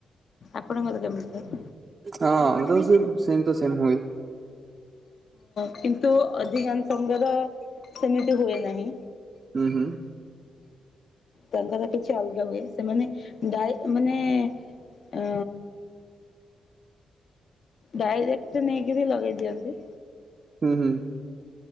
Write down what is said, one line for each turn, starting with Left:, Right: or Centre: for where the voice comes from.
Left: ଆପଣଙ୍କର କେମିତି ଥାଏ?
Right: ହଁ ଆମର ସେମ ତ ସେମ ହୁଏ।
Left: କିନ୍ତୁ ଅଧିକାଂ ସଙ୍ଗର ସେମିତି ହୁଏ ନାହିଁ।
Right: ହୁଁ ହୁଁ।
Left: ତାଙ୍କର କିଛି ଅଲଗା ହୁଏ ସେମାନେ ଯାଇ ମାନେ ଅ ଡାଇରେକ୍ଟ ନେଇକରି ଲଗେଇ ଦିଅନ୍ତି।
Right: ହୁଁ ହୁଁ